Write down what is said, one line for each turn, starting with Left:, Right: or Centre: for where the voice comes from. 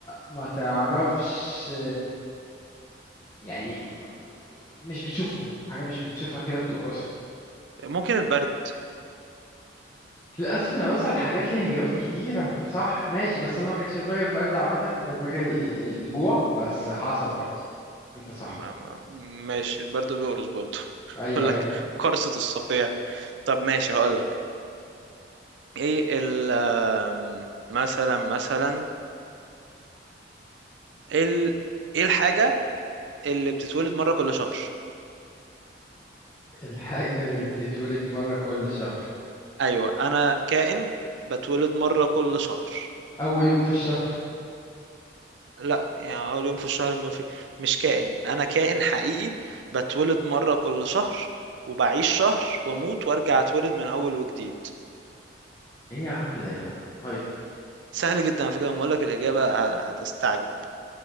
Left: ما تعرفش يعني م- مش بتشوفه حاجة مش بتشوفها كده بتقرصها
Right: ممكن البرد
Left: للأسف أنا بسأل حاجات ليها إجابات كتيرة صح ماشي بس أنا ما كانش في دماغي البرد عامة كان في دماغي ال- ال- الجوع بس حصل برضه أنت صح
Right: ما ما ماشي البرد بيقرص برضه <laughs>
Left: أيوه
Right: بقول
Left: أيوه
Right: لك
Left: أيوة.
Right: قرصه الصقيع طب ماشي هقول لك ايه ال أم، مثلا مثلا ال ايه الحاجه اللي بتتولد مره كل شهر
Left: الحاجة اللي بتتولد مرة كل شهر
Right: ايوه انا كائن بتولد مره كل شهر
Left: أول يوم في الشهر
Right: لا يعني اول يوم في الشهر ما في مش كائن انا كائن حقيقي بتولد مره كل شهر وبعيش شهر واموت وارجع اتولد من اول وجديد
Left: إيه يا عم ده يا عم طيب
Right: سهل جدا على فكره لما اقول لك الاجابه ه- هتستعجب